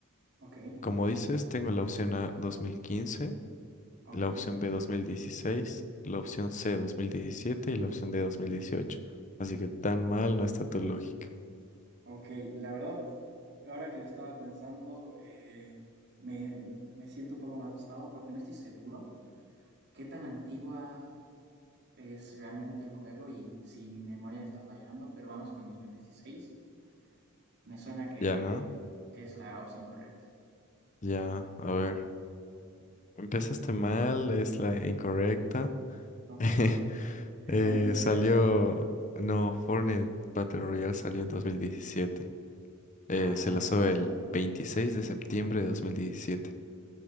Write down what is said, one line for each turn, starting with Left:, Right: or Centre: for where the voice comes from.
Right: Ok,
Left: Como dices, tengo la opción A 2015.
Right: ok,
Left: la opción B 2016, la opción C 2017 y la opción D 2018. Así que tan mal no está tu lógica.
Right: ok. La verdad, ahora que lo estaba pensando, eh, me, me siento un poco más asustado porque no estoy seguro qué tan antigua es realmente el juego y si mi memoria me está fallando, pero vamos con 2016. Me suena que,
Left: Ya,
Right: que es la opción correcta.
Left: ya, a ver. Empezaste mal, es la incorrecta.
Right: No puede
Left: <laughs>
Right: ser. Está
Left: Eh,
Right: del 18.
Left: salió, no, Fortnite Battle Royale salió en 2017. Eh,
Right: Ah, no,
Left: se lanzó
Right: la verdad
Left: el
Right: no,
Left: 26 de septiembre de 2017.